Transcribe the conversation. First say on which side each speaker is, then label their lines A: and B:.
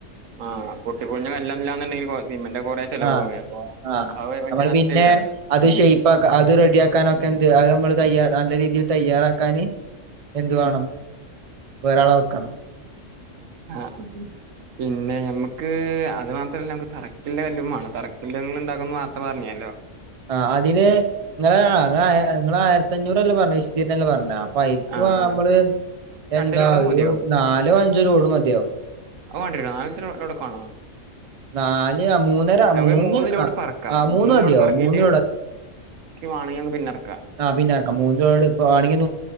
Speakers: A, on the right (about 80°); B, on the right (about 35°).
A: ആഹ് പൊട്ടിപൊളിഞ്ഞ കലല്ലാന്നിണ്ടെങ്കി സിമന്റെ ഒകെ കുറെ ചെലവാകും
B: ആഹ്
A: അപ്പൊ
B: ആഹ്
A: <unintelligible>
B: നമ്മള് പിന്നെ
A: കാരണം
B: അത്
A: ഉം
B: ഷേപ് ആക്കാ അത് റെഡി ആക്ക ക്കാനൊക്കെ എന്ത് അത് നമ്മള് തയ്യാ നല്ല രീതിയിൽ തയ്യാറാക്കാന് എന്തു
A: ഉം
B: വേണം? ഒരാളെ വെക്കണം.
A: ആ പിന്നെ ഞമ്മക്ക് അത് മാത്രല്ല നമുക്ക് തറക്കില്ല കല്ലുംമാണം തറക്കില്ലത് ഇണ്ടാക്കുന്ന് ഇങ്ങൾ നാർത്തെ പറഞ്ഞിനല്ലോ.
B: ആ അതിന് ഇങ്ങൾ നിങ്ങ നിങ്ങൾ ആയിരത്തഞ്ഞൂറ്ല്ലേ പറെഞ്ഞ വിസ്തീർണ ലേ പറ അപൈക്ക്
A: ആഹ് ആഹ്
B: നമ്മള്
A: രണ്ട്
B: എന്താ
A: ലോഡൊക്കെ
B: ഒരു
A: മതിയാവും
B: നാലോ അഞ്ചോ ലോഡ് മതിയാവും.
A: <unintelligible> നാലോ അഞ്ചോ ലോഡൊകെ വാണോ?
B: നാല് ആഹ് മൂന്നര
A: അവര്
B: മൂന്ന്
A: മൂന്നിലോട്
B: ആഹ്
A: പറക്കാം
B: ആഹ് മൂന്ന്
A: മൂന്നിലോട്ട്
B: മതിയാവും
A: പറക്കീട്ട്
B: മൂന്ന്
A: വേണെങ്കിൽ പിന്ന ഇറക്കാ
B: ആ പിന്നാറക്കാം മൂന്ന് ലോഡ് ഇപ്പ ആണെങ്കിൽ